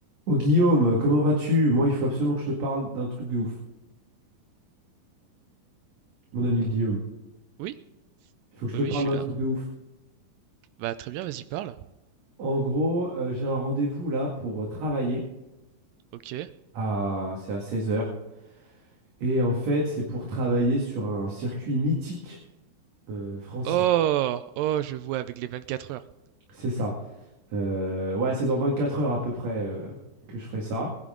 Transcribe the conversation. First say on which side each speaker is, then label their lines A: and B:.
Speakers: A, on the right (about 50°); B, on the right (about 80°).
A: Oh Guillaume, comment vas-tu? Moi, il faut absolument que je te parle d'un truc de ouf, mon ami Guillaume.
B: Oui,
A: Il faut que je
B: oui, oui,
A: te parle
B: je suis
A: d'un
B: là.
A: truc de ouf.
B: Bah très bien, vas-y, parle.
A: En gros, euh, j'ai un rendez-vous là pour euh, travailler
B: Ok.
A: à c'est à 16 heures, Et en fait, c'est pour travailler sur un circuit mythique euh, français.
B: Oh, oh, je vois avec les 24 heures.
A: C'est ça. Euh, ouais, c'est dans 24 heures à peu près euh, que je ferai ça.